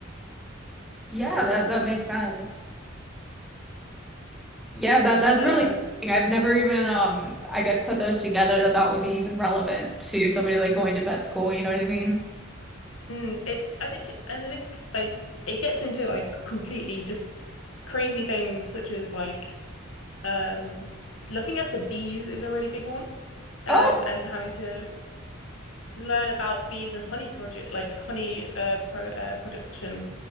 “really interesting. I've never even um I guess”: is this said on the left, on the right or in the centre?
Centre